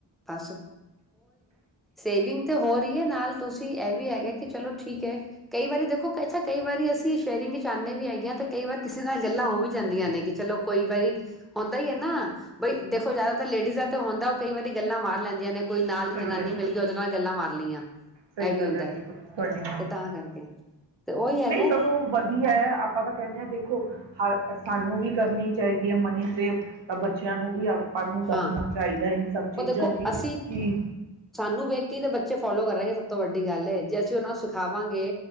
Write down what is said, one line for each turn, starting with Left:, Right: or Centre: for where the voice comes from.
Centre: ਆ ਸਵਿੰਗ ਤੇ ਹੋ ਰਹੀ ਹ ਨਾਲ ਤੁਸੀਂ ਇਹ ਵੀ ਹੈਗਾ ਕਿ ਚਲੋ ਠੀਕ ਹ ਕਈ ਵਾਰੀ ਦੇਖੋ ਉਹ ਕਹਿੰਦਾ ਕਈ ਵਾਰੀ ਅਸੀਂ ਸ਼ਾਇਰਿੰਗ ਚਾਨੇ ਵੀ ਹੈਗੇ ਆ ਤੇ ਕਈ ਵਾਰ ਸਦਾ ਗੱਲਾਂ ਉਹ ਵੀ ਜਾਂਦੀਆਂ ਨੇ ਕਿ ਚਲੋ ਕੋਈ ਬਈ ਹੁਦਾ ਈ ਹੈ ਨਾ ਬਾਈ ਦੇ ਜਿਆਦਾ ਤਾਂ ਲੇਡੀਜ਼ ਦਾ ਤੇ ਹੁੰਦਾ ਉਹ ਕਈ ਵਾਰੀ ਗੱਲਾਂ ਮਾਰ ਲੈਂਦੀਆਂ ਨੇ, ਕੋਈ ਨਾਲ ਦੀ
Right: ਸਹੀ
Centre: ਜਨਾਨੀ
Right: ਗੱਲ
Centre: ਮਿਲ ਗਈ, ਉਹਦੇ ਨਾਲ ਗੱਲਾਂ ਮਾਰ ਲਈਆਂ।
Right: ਸਹੀ
Centre: ਇਹ ਵੀ
Right: ਗੱਲ
Centre: ਹੁੰਦਾ
Right: ਹੈ ਬਿਲਕੁਲ, ਤੁਹਾਡੀ
Centre: ਤੇ ਤਾਂ ਕਰਕੇ ਤੇ ਉਹੀ ਹੈਗਾ
Right: ਨਹੀਂ ਸਗੋਂ ਵਧੀਆ, ਆਪਾਂ ਤਾਂ ਕਹਿੰਦੇ ਹਾਂ ਦੇਖ ਹਰ ਸਾਨੂੰ ਵੀ ਕਰਨੀ ਚਾਹੀਦੀ ਹੈ ਮਨੀ ਸੇਵ, ਤਾਂ ਬੱਚਿਆਂ ਨੂੰ ਵੀ ਨੂੰ ਦੱਸਣਾ
Centre: ਹਾਂ,
Right: ਚਾਹੀਦਾ ਇਨ ਸਭ ਚੀਜ਼ਾਂ
Centre: ਉਹ ਦੇਖੋ
Right: ਲਈ
Centre: ਅਸੀਂ
Right: ਕਿ
Centre: ਸਾਨੂੰ ਵੇਖ ਕੇ ਈ ਤਾਂ ਬੱਚੇ ਫੋਲੋ ਕਰਨਗੇ, ਸਭ ਤੋਂ ਵੱਡੀ ਗੱਲ ਹੈ ਜੇ ਅਸੀਂ ਉਹਨਾਂ ਨੂੰ ਸਿਖਾ ਵਾਂਗੇ